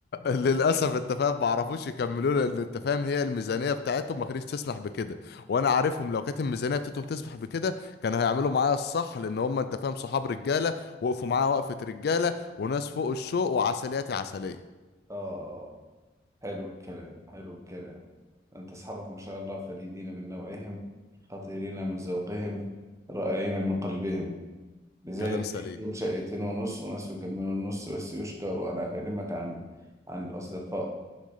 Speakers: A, on the left; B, on the right.
A: للأسف انت فاهم ما عرفوش يكملوا لي، لأن انت فاهم هي الميزانية بتاعتهم ما كانتش تسمح بكده وأنا عارفهم لو كانت الميزانية بتاعتهم تسمح بكده كانوا هيعملوا معايا الصح لأن هم انت فاهم صحاب رجالة وقفوا معايا وقفة رجالة وناس فوق الشوق وعسلياتي عسلية
B: اه حلو الكلام حلو الكلام أنت أصحابك ما شاء الله فريدين من نوعهم خطيرين من ذوقهم رائعين من قلبهم لذلك
A: كلام سليم
B: يدوك شقيتين ونص وناس يكملوا النص بس يشكر أنا أكلمك عن عن الأصدقاء